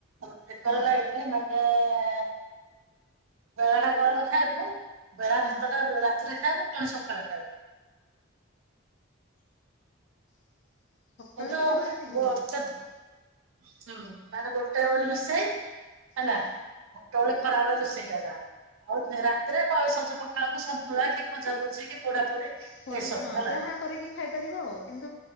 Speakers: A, on the right; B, on the left.
A: ଆମ ସ କରର
B: ହଁ
A: ଲାଗିେ <unintelligible> ତା ଆ ଆ ବେଳା ଟା ଗରମ ଖାଇବୁ? ବେଳା
B: ହଁ
A: ଭାତଟା ରାତିରେ ତାକୁ କଣ ସକାଳେ ଖାଇବୁ <inaudible>
B: <inaudible> ସକାଳେ
A: କିନ୍ତୁ
B: ଖାଇବ ରାତି
A: ଗୋଟେ
B: ଖାଇବ ହଁ
A: <inaudible> ମାନେ ପ ଗୋଟେ ଓଳି ରୋଷେଇ ହେଲା
B: ହଁ।
A: ଗୋଟେ ଓଳି ଖରା ବେଳେ ରୋଷେଇଟା ଯାହା ଆଉ ରାତିରେ ପର ସ ପଖାଳ କୁ ସନ୍ତୁଳା କି ଭଜା ଭୂଜି କି ପୋଡା ପୋଡି
B: କୋଡେ
A: ଏସବୁ
B: ହଁ
A: ହେଲା
B: ଯାହା କରିକି ଖାଇପାରିବ ଆଉ କିନ୍ତୁ